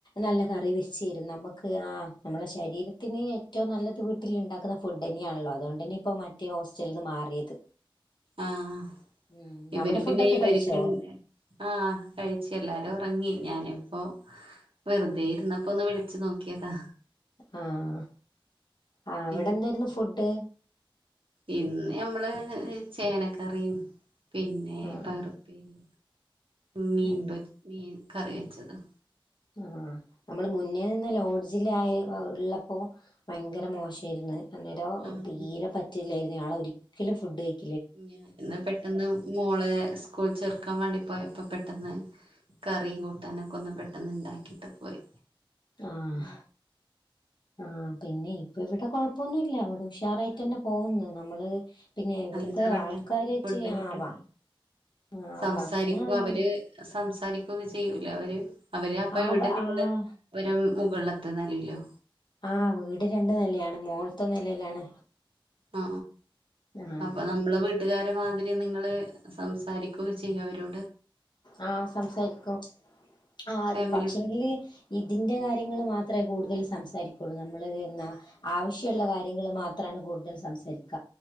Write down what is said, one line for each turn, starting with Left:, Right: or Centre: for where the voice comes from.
Left: നല്ല കറിവെച്ചു തരും നമുക്ക് ആ നമ്മളെ ശരീരത്തിന് ഏറ്റവും നല്ലത് വീട്ടിൽ ഉണ്ടാക്കുന്ന ഫുഡ് തന്നെയാണല്ലോ അതുകൊണ്ട്ന്നെ ഇപ്പോ മറ്റേ ഹോസ്റ്റലിൽ നിന്ന് മാറിയത്
Right: ആഹ്
Left: ഉം
Right: ഇവര്
Left: അവിടെ
Right: പിന്നെ
Left: ഫുഡൊക്കെ
Right: ഇവരിക്ക്
Left: കഴിച്ചോ
Right: ആഹ് കഴിച്ച് എല്ലാരും ഉറങ്ങി ഞാനിപ്പോ വെറുതെ ഇരുന്നപ്പോ ഒന്ന് വിളിച്ചു നോക്കിയതാ
Left: ആഹ് ആഹ്
Right: പിന്നെ
Left: അവിടെ എന്തായിരുന്നു ഫുഡ്
Right: ഇന്ന് മ്മള് ചേനക്കറിയും പിന്നെ
Left: ആ
Right: പാറുപ്പേരി മീൻ
Left: ഉം
Right: പൊരി മീൻ കറിവെച്ചതും.
Left: ആ നമ്മൾ മുന്നേ നിന്ന ലോഡ്ജിലായി ഉള്ളപ്പോൾ ഭയങ്കര മോശായിരുന്ന് അന്നേരോ
Right: ആഹ്
Left: തീരെ പറ്റില്ലായിരുന്നു ഞാളൊരിക്കലും ഫുഡ് കഴി
Right: ഞാ എന്നാ പെട്ടന്ന് മോള് സ്കൂൾ ചേർക്കാൻ വേണ്ടി പോയ പ്പൊ പെട്ടെന്ന് കറിയും കൂട്ടാനൊക്കെ ഒന്ന് പെട്ടന്ന് ഉണ്ടാക്കിട്ട് പോയി
Left: ആഹ്
Right: ഉം
Left: ആ പിന്നെ ഇപ്പ ഇവിടെ കൊഴപ്പൊന്നുല്ല അവിടെ ഉഷാറായിട്ടന്നെ
Right: ആ,
Left: പോകുന്നു നമ്മള് പിന്നെ ഇവിടത്തെ
Right: നല്ലതാവട്ടെ
Left: ആൾക്കാറായിറ്റ്
Right: നല്ല ഫുഡ് കിട്ടട്ടെ
Left: ആവാ ആഹ്
Right: സംസാരിക്കും
Left: ഭക്ഷണം
Right: അവര് സംസ രിക്കൊക്കെ ചെയ്യൂല അവര്. അവര് അപ്പ
Left: ആവ
Right: ഇവിടെ നിന്ന്
Left: ആഹ്
Right: അവരും മുകളിലത്ത നിലയിലും
Left: ആ വീട് രണ്ടു നിലയാണ് മോളത്തെ നിലയിലാണ്
Right: ആ
Left: ആഹ്
Right: അപ്പൊ നമ്മള വീട്ടുകാര മാതി രി നിങ്ങള് സംസാരിക്കൊക്കെ ചെയ്യവരോ
Left: ആ സംസാരിക്കും ആ അത്
Right: ഫാമിലി
Left: പക്ഷങ്കില്
Right: പോലെ.
Left: ഇത് തിന്റെ കാര്യങ്ങൾ മാത്രമേ കൂടുതൽ സംസാരിക്കുള്ളൂ നമ്മള് എന്നാ ആവശ്യള്ള
Right: ആ.
Left: കാര്യങ്ങൾ മാത് ത്രാണ് കൂടുതൽ സംസാരിക്ക.